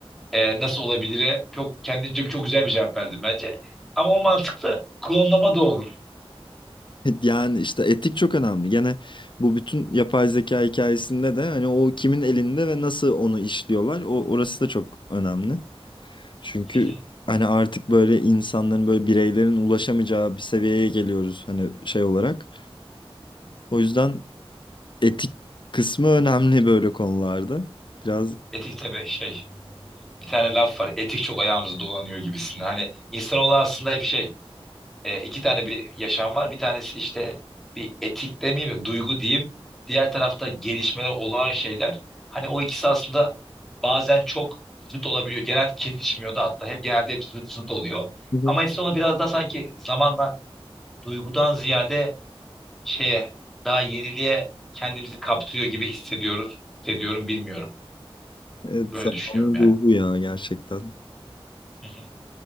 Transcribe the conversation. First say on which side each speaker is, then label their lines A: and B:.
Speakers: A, in the centre; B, on the left.
A: e, nasıl olabilir? Çok kendince çok güzel bir cevap verdin bence. Ama o mantıklı klonlama da olur.
B: Yani işte etik çok önemli. Gene bu bütün yapay zeka hikayesinde de hani o kimin elinde ve nasıl onu işliyorlar. O orası da çok önemli. Çünkü
A: Hı hı.
B: hani artık böyle insanların böyle bireylerin ulaşamayacağı bir seviyeye geliyoruz hani şey olarak. O yüzden etik kısmı önemli böyle konularda. Biraz
A: Etik tabii şey. Bir tane laf var. Etik çok ayağımızı dolanıyor gibisinden. Hani insanoğlu aslında hep şey e, iki tane bir yaşam var. Bir tanesi işte bir etik demeyeyim de duygu diyeyim. Diğer tarafta gelişmeler olağan şeyler. Hani o ikisi aslında bazen çok zıt olabiliyor. Genelde kesişmiyor da hatta. Hep genelde hep zıt zıt oluyor.
B: Hı hı.
A: Ama insan onu biraz daha sanki zamanla duygudan ziyade şeye daha yeniliğe kendimizi kaptırıyor gibi hissediyoruz. Hissediyorum bilmiyorum.
B: evet,
A: Böyle
B: zamanın
A: düşünüyorum yani.
B: ruhu ya gerçekten
A: Hı hı.